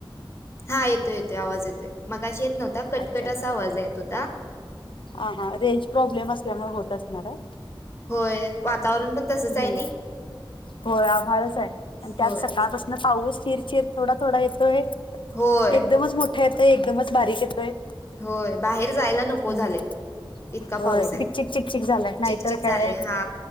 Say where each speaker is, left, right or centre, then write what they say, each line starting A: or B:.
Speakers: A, on the left; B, on the left.
A: हा येतो येतोय, आवाज येतोय, मगाशी येत नव्हता, कटकट
B: अच्छा
A: असा आवाज येत होता.
B: हा हा रेंज प्रॉब्लेम असल्यामुळे होत असणार आहे.
A: होय वातावरण पण तसंच
B: हम्म,
A: आहे नाही
B: होय आभळच आहे आणि त्यात
A: होय
B: सकाळपासून पाऊस चिर-चिर, थोडा-थोडा येतोय
A: होय
B: एकदमच मोठा येत एकदमच बारीक येतोय,
A: होय बाहेर जायला नको
B: हम्म.
A: झालंय इतका
B: होय,
A: पाऊस
B: चिकचक
A: आहे
B: झालाय नाहीतर
A: चिकचिक झाले
B: काय-
A: हा